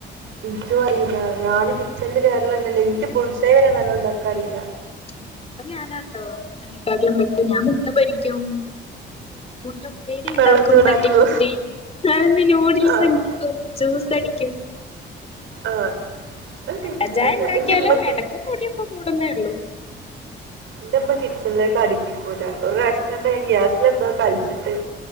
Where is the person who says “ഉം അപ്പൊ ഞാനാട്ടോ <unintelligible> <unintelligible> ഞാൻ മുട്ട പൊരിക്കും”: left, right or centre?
Left